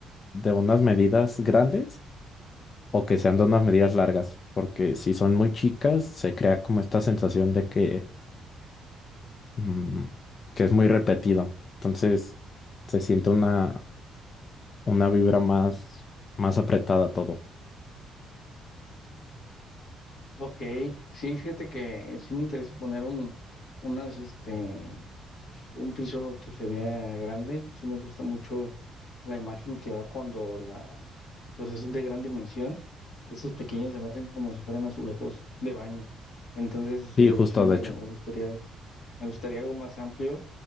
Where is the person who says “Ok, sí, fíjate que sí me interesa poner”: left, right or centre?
Left